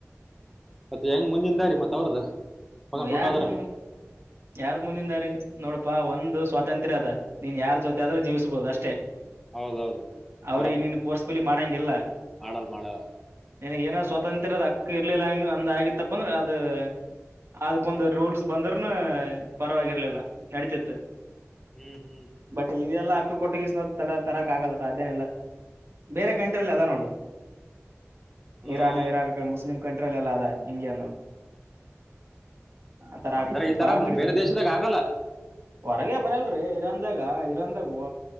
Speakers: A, in the centre; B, on the right.
A: ಮತ್ತೆ ಹೆಂಗ್ ಮುಂದಿಂದ ರೀ ಮತ್ ಅವ್ರದ ಹೊಗನ್
B: ಮಯಾರ್ದ
A: ಬಿಟ್ಟು ಹೋದ್ರ
B: ಮು
A: <inaudible>
B: ಯಾರ್ದ ಮುಂದಿದದಾರಿ ನೋಡಪಾ ಒಂದು ಸ್ವಾತಂತ್ರ್ಯ ಅದ ನೀನ್ ಯಾರ್ ಜೊತೆ ಆದ್ರೂ ಜೀವಿಸಬಹುದು ಅಷ್ಟೇ.
A: ಹೌದೌದು
B: ಅವ್ರಿಗೆ
A: ಬರಬರ್
B: ನೀನು ಪೋರ್ಸ್ಪಲಿ ಮಾಡಂಗಿಲ್ಲ.
A: ಮಾಡಲ್ ಮಾಡಲ್ಲ
B: ನೀನ ಏನಾದ ಸ್ವಾತಂತ್ರದ್ ಹಕ್ಕ ಇರ್ಲಿಲ್ಲ ಅಂಗ ಅಂದ ಆಗಿತ್ತಪ್ಪ ಅಂದ್ರ ಅದು. ಅದಕ್ಕೊಂದು ರೂಲ್ಸ್ ಬಂದ್ರೂನು ಪರವಾಗಿರ್ಲಿಲ್ಲ ನಡಿತಿತ್ತು.
A: ಹ್ಮ್ ಹ್ಮ್
B: ಬಟ್ ಇವೆಲ್ಲಾ ಹಕ್ಕ ಕೊಟ್ಟಗಸ ತಡ ತರಕ್ ಆಗಲ್ಲ ಸಾಧ್ಯನ ಇಲ್ಲ ಬೇರೆ ಕಂಟ್ರಿಲೀ ಅದ ನೋಡು
A: ಹ್ಮ್
B: ಇರಾನ್ ಇರಾಕ್ ಮುಸ್ಲಿಂ. ಕಂಟ್ರಿಲೀ ಎಲ್ಲ ಅದಾ ಇಂಗೆನೋಡ ಆತರ
A: ಅಂದ್ರೆ
B: ಆಗಕ್ಕ
A: ಈ ತರ
B: ಬಾಳ ಕಡಿಮೆ
A: ಬೇರೆ
B: ಆಕಡಿ
A: ದೇಶದಾಗ ಆಗಲ್ಲ
B: ಹೊರಗೆ ಬರಲ್ರಿ ಇರಂದಾಗ ಇರಂದಾಗ